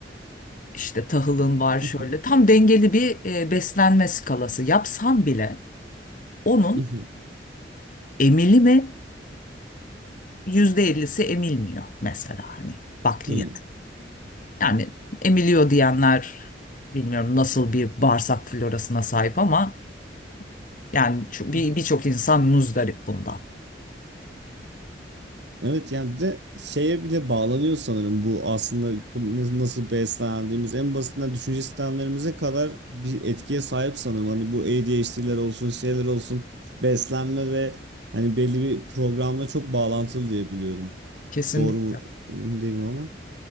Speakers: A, on the left (about 50°); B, on the right (about 80°).
A: işte tahılın var şöyle
B: <laughs>
A: tam dengeli bir e, beslenme skalası yapsan bile onun
B: Hı hı.
A: emili mi yüzde ellisi emilmiyor mesela hani bakliyat.
B: Hı hı.
A: Yani emiliyor diyenler bilmiyorum nasıl bir bağırsak florasına sahip ama Yani ço- bir
B: Hı.
A: birçok insan muzdarip bundan.
B: Evet yani bir de şeye bile bağlanıyor sanırım bu aslında bu nasıl beslendiğimiz en basitinden düşünce sistemlerimize kadar bir etkiye sahip sanırım. Hani bu ADHD'ler olsun şeyler olsun beslenme ve hani belli bir programla çok bağlantılı diye biliyorum.
A: Kesin
B: Doğru mu emin değilim ama.